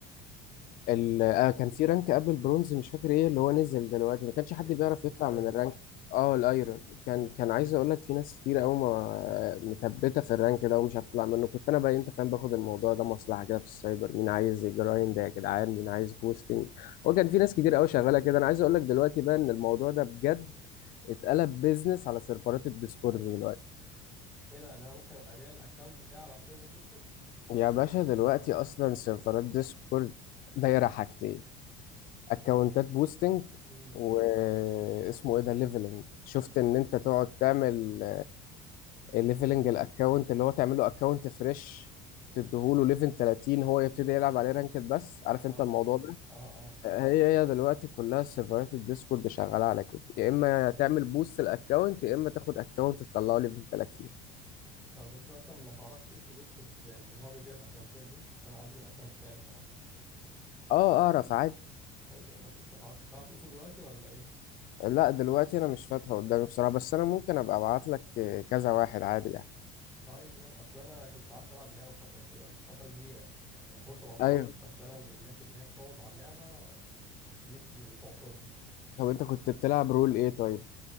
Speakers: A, on the left (about 55°); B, in the centre.
A: ال... آه كان في رانك قبل البرونز مش فاكر ايه اللي هو نزل دلوقتي ما كانش حد
B: ال...
A: بيعرف
B: الايرون
A: يطلع من الرانك اه الايرون كان
B: امم
A: كان عايز اقول لك في ناس كتير قوي ما متبته في الرانك ده ومش عارف تطلع منه كنت انا بقى انت فاهم باخد الموضوع ده مصلحه كده في السايبر مين عايز جرايند يا جدعان مين عايز بوستنج هو كان في ناس كتير قوي شغاله كده انا عايز اقول لك دلوقتي بقى ان الموضوع ده بجد اتقلب بيزنس على سيرفرات الديسكورد دلوقتي
B: ايه ده يعني انا ممكن ابيع الاكونت بتاعي على سيرفر ديسكورد
A: يا باشا دلوقتي اصلا سيرفرات ديسكورد دايره حاجتين اكونتات بوستنج
B: امم
A: واسمه ايه ده ليفلنج شفت ان انت تقعد تعمل ليفلنج الاكونت اللي هو تعمله اكونت فريش تديهوله ليفل 30 هو يبتدي يلعب عليه رانكد بس عارف
B: اه
A: انت الموضوع ده
B: اه اه
A: هي هي دلوقتي كلها سيرفرات الديسكورد شغاله على كده يا اما تعمل بوست الاكونت يا اما تاخد اكونت تطلعه ليفل 30
B: طب انت مثلا ما تعرفش اسم ديسكورد من اللي هو بيبيع الاكونتات دي عشان عاوز ابيع الاكونت بتاعي الصراحة
A: اه اعرف عادي
B: طب ما ت- ما تعرفش تعرف اسمه دلوقتي ولا ايه
A: لا دلوقتي انا مش فاتحه قدامي بصراحه بس انا ممكن ابقى ابعت لك كذا واحد عادي يعني
B: طيب ما اصل انا كنت قعدت العب اللعبه فتره كده فتره كبيره يعني من 2017
A: ايوه
B: بس انا من الناس اللي هي بتقعد على اللعبه تجيب تعصرها
A: طب انت كنت بتلعب رول ايه طيب